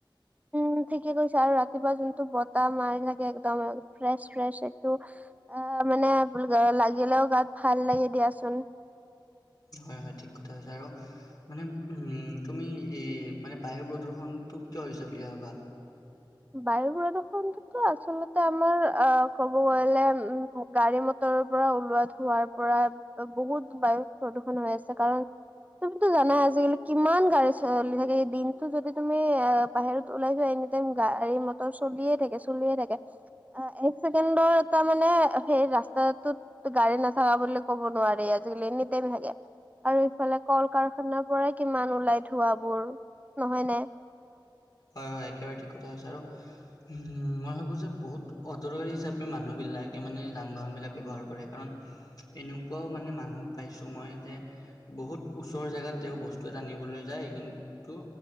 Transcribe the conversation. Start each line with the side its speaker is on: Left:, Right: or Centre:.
Right: উম, ঠিকে কৈছা আৰু ৰাতিপুৱা যোনটো বতাহ মাৰি থাকে একদম ফ্ৰেছ ফ্ৰেছ একটো অ' মানে লাগিলেও গাত ভাল লাগে দিয়াচোন।
Left: হয়, হয় ঠিক কথা কৈছা আৰু মানে উম, তুমি এ মানে বায়ুৰ প্ৰদূষণটো কিয় হৈছে বুলি ভাবা?
Right: বায়ু প্ৰদূষণতো আচলতে আমাৰ অ' ক'ব গলে উম গাড়ী ম তৰ পৰা ওলোৱা ধোৱাৰ পৰা বহুত বায়ু প্ৰদূষন হৈ আছে কাৰণ তুমিতো জানাই আজিকালি কিমান গাড়ী চলি থাকে দিনতটো যদি তুমি অ' বাহিৰত ওলাই যোৱা এনি টাইম গাড়ী মটৰ চলিয়ে থাকে চলিয়ে থাকে। অ' এক চছেকেণ্ডৰ এটাৰ মানে সেই ৰাস্তাটোত ত গাড়ী নাথাকা বুলি ক'ব নোৱাৰি! আজিকালি এনিটাইম থাকে! আৰু ইফালে কল কাৰখানা পৰাই কিমান ওলাই ধোঁৱাবোৰ নহয় নে।
Left: হয়, হয়! একেবাৰে ঠিক কথা কৈছা আৰু উ মই ভাবো যে বহুত অদৰকাৰী হিচাপে মানুহবিলাকে মানে যান বাহন বিলাক ব্যৱহাৰ কৰে! কাৰণ এনেকুৱাও মানে মানুহ পাইছোঁ! মই যে বহুত ওচৰ জেগাত তেওঁ বস্তু এটা আনিবলৈ যায়! কিন্তু